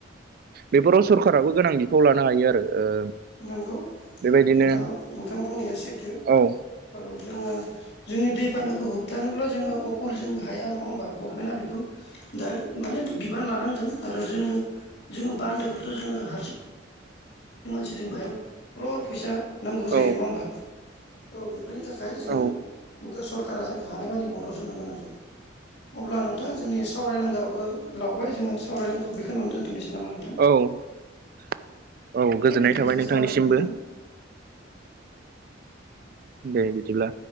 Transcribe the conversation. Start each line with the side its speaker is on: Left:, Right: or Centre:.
Right: बेफोराव सरखाराबो गोनां बिफाव लानो हायो आरो ओ
Left: नंगौ
Right: बेबायदिनो
Left: नोंथाङा नोंथां बुंनाया सैथो
Right: औ
Left: औ जोङो जोंनि दैबानाखौ होबथानोब्ला जोङो अकल जों हाया नङा होमबा गभनमेन्टआ बेखौ दा माने बिबान लानांगोन आरो जोङो जोङो बान्दोखौथ' जोङो हारसिं मानसिजों हाया ख्रर फैसा नांगौ जायो
Right: औ
Left: नङा होमबा? औ बेफोरनि थाखाय जोङो
Right: औ
Left: <unintelligible> सरकारा जोंखो हानाय मानि मदद होनांगोन आरो। अब्ला नोंथां जोंनि सावरायनांगौआबो लावबाय जोङो सावरायनांगौ बेखोनियावनो दोनथ'नोसै नामा नोंथां?
Right: औ औ गोजोननाय
Left: नोंथांजों
Right: थाबाय नोंथांनिसिमबो।
Left: सावरायनो मोननानै
Right: दे बिदिब्ला।